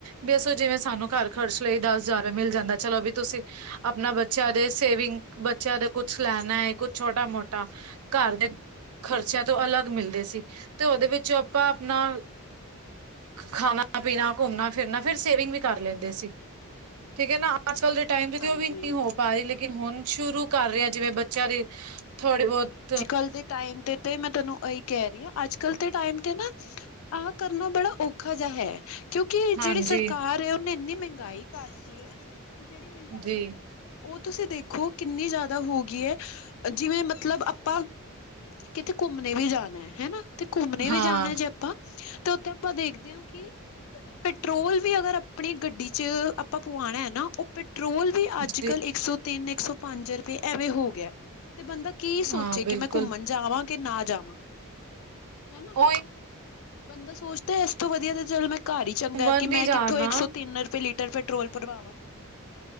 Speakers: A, on the right; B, on the left.
A: ਵੀ ਅੱਸੋ ਜਿਵੇਂ ਸਾਨੂੰ ਘਰ ਖਰਚ ਲਈ ਦੱਸ ਜਾਰਾ ਮਿਲ ਜਾਂਦਾ ਚਲੋ ਵੀ ਤੁਸੀਂ, ਆਪਣਾ ਬੱਚਿਆਂ ਦੇ ਸੇਵਿੰਗ ਬਚਿਆਂ ਦਾ ਕੁੱਛ ਲੈਣਾ ਏ ਕੁੱਛ ਛੋਟਾ- ਮੋਟਾ, ਘਰ ਦੇ ਖਰਚਿਆਂ ਤੋਂ ਅਲ ਮਿਲਦੇ ਸੀ ਤੇ ਓਦੇ ਵਿਚੋਂ ਆਪਾਂ ਆਪਣਾ ਖਾਣਾ-ਪੀਣਾ, ਘੁੰਮਣਾ- ਫਿਰਨਾ ਫੇਰ ਸੇਵਿੰਗ ਵੀ ਕਰ ਲੈਂਦੇ ਸੀ ਠੀਕ ਐ ਨਾ। ਅੱਜ ਕੱਲ ਦੇ ਟਾਈਮ ਤੇ-ਤੇ
B: ਹਾਂਜੀ
A: ਓ ਵੀ ਨੀ ਹੋ ਪਾਰੀ ਲੇਕਿਨ, ਹੁਣ ਸ਼ੁਰੂ ਕਰ ਰਿਆ ਜਿਵੇਂ ਬੱਚਿਆਂ ਦੀ, ਥੋੜੀ- ਬੋਤ
B: ਕੱਲ ਦੇ ਟਾਈਮ ਤੇ ਤੇ ਮੈਂ ਤਨੂੰ ਅਈ ਕੈਰੀ ਆ, ਅੱਜ ਕੱਲ ਦੇ ਟਾਈਮ ਤੇ ਨਾ ਆਹ ਕਰਨਾ ਬੜਾ ਔਖਾ ਜਾ ਹੈ। ਕਿਉਂਕੀ
A: ਹਾਂਜੀ
B: ਜੇੜੀ ਸਰਕਾਰ ਐ ਓਨੇ ਇੰਨੀ ਮਹਿੰਗਾਈ ਕਰਤੀ ਰ, ਜੇੜੀ ਮਹਿੰਗਾਈ
A: ਜੀ
B: ਐ ਓ ਤੁਸੀਂ ਦੇਖੋ, ਕਿੰਨੀ ਜਾ ਦਾ ਹੋਗੀ ਐ, ਜਿਵੇਂ ਮਤਲਬ ਆਪਾਂ ਕਿਤੇ ਘੁੰਮਣੇ ਵੀ ਜਾਣਾ ਐ ਹੈਨਾ। ਤੇ ਘੁੰਮਣੇ
A: ਹਾਂ
B: ਵੀ ਜਾਣਾ ਜੇ ਆਪਾਂ, ਤੇ ਉੱਥੇ ਆਪਾਂ ਦੇਖਦੇ ਆ ਕੀ ਪੈਟਰੋਲ ਵੀ ਅਗਰ ਆਪਣੀ ਗੱਡੀ ਚ' ਆਪਾਂ ਪਵਾਣਾ ਐ ਨਾ, ਓ ਪੈਟਰੋਲ ਵੀ ਅੱਜ
A: ਜੀ।
B: ਕੱਲ੍ਹ ਇੱਕ ਸੌ ਤਿੰਨ, ਇੱਕ ਸੌ ਪੰਜ ਰੁਪਏ ਐਵੇਂ ਹੋ ਗਿਆ। ਤੇ ਬੰਦਾ ਕੀ ਸੋਚੇ
A: ਹਾਂ ਬਿਲਕੁਲ
B: ਕੀ ਮੈਂ ਘੁੰਮਣ ਜਾਵਾਂ ਕੇ ਨਾ ਜਾਵਾਂ। ਹੈਨ।
A: ਓ ਏ
B: ਬੰਦਾ ਸੋਚਦੈ ਇਸ ਤੋਂ ਵਧੀਆ ਤੇ ਚੱਲ ਮੈਂ ਘਰ ਈ
A: ਘੁੰਮਣ
B: ਚੰਗਾ ਕੀ
A: ਵੀ
B: ਮੈਂ
A: ਜਾਣਾ
B: ਕਿੱਥੋਂ ਇੱਕ ਸੌ ਤਿੰਨ ਰੁਪਏ ਲੀਟਰ ਪੈਟਰੋਲ ਭਰਵਾਵਾਂ।